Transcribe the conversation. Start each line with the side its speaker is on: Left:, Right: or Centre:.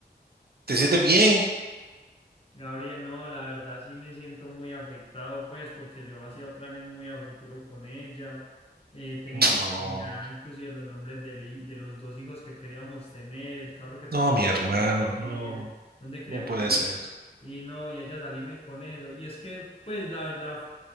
Right: ¿te
Left: No.
Right: sientes bien?
Left: Gabriel, no, la verdad sí me siento muy afectado, pues, porque yo hacía planes muy a futuro con ella. Eh, teníamos
Right: No,
Left: como ya inclusive los nombres de, ley- de los dos hijos que queríamos tener, el carro que,
Right: no,
Left: que
Right: mi
Left: queríamos
Right: hermano,
Left: tener,
Right: no,
Left: dónde queríamos
Right: no puede
Left: vivir.
Right: ser.
Left: Y no, y ella salíme con eso. Y es que, pues, la verdad,